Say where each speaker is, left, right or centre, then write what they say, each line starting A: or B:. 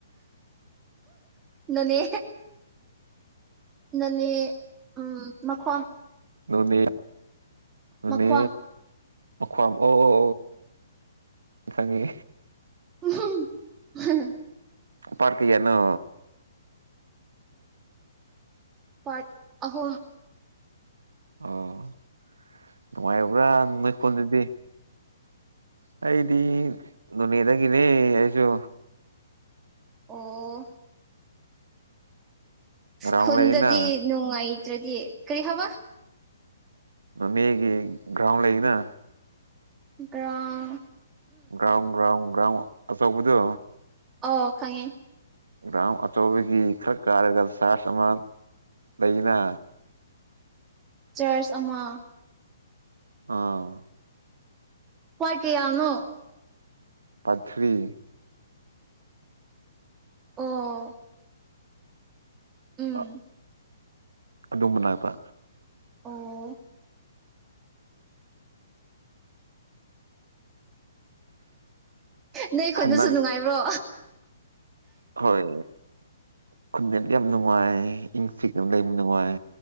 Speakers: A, on the right; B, on the right.
A: ꯅꯅꯦ ꯅꯅꯦ ꯎꯝ ꯃꯈꯈ
B: ꯅꯅꯦ ꯅꯅꯦ
A: ꯃꯈꯣꯝ
B: ꯑꯣꯈ꯭ꯋꯥꯝ ꯑꯣ ꯈꯪꯉꯦ
A: ꯎ
B: ꯄꯥꯔꯀ ꯌꯦꯅꯣ
A: ꯄꯥꯠ ꯑꯍꯨꯝ
B: ꯑꯣ ꯅꯨꯡꯉꯥꯏꯕ꯭ꯔꯥ ꯅꯣꯏ ꯀꯣꯟꯗꯨꯗꯤ ꯑꯩꯗꯤ ꯅꯅꯤꯡ ꯌꯦꯪꯅꯦ ꯌꯁꯣ
A: ꯑꯣ
B: ꯒ꯭ꯔꯥꯎꯟ
A: ꯈꯨꯨꯟꯗꯤ
B: ꯂꯩꯅ
A: ꯅꯅꯨꯡꯇ꯭ꯔꯗꯤ ꯀꯔꯤ ꯍꯥꯋꯥ
B: ꯃꯒꯤ ꯭ꯔꯥꯎ ꯂꯩꯅ
A: ꯭ꯔꯥ
B: ꯭ꯔꯥꯎꯒ꯭ꯔꯥꯎ ꯭ꯔꯥꯎ ꯑꯆꯧꯗꯣ
A: ꯑꯣ ꯈꯪꯉꯦ
B: ꯔꯝ ꯑꯆꯧꯕꯒꯤ ꯈꯔ ꯀꯥꯔꯒ ꯁꯥꯔꯖ ꯑꯃ ꯂꯩꯅ
A: ꯆꯔꯆ ꯑꯃ
B: ꯑꯥ
A: ꯋꯥꯔ ꯀꯌꯥꯅꯣ
B: ꯄꯊꯔꯤ
A: ꯑꯣ ꯎꯝ
B: ꯑ ꯑꯗꯨꯝꯕꯅꯥꯕ
A: ꯑꯣ ꯅꯣꯏ ꯈꯨꯣꯏꯅꯁꯨ
B: ꯍꯟꯗꯛ
A: ꯅꯨꯡꯉꯥꯏꯕ꯭ꯔꯣ
B: ꯍꯣꯏ ꯈꯨꯟꯗꯗ ꯌꯥꯝ ꯅꯨꯡꯉꯥꯏ ꯏꯪ ꯆꯤꯛ ꯂꯩ ꯅꯨꯡꯉꯥꯏ